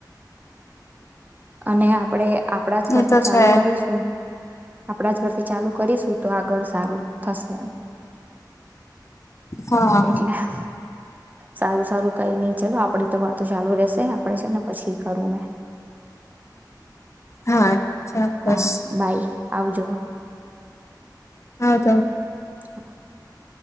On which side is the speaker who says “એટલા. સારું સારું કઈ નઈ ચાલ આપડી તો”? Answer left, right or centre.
Right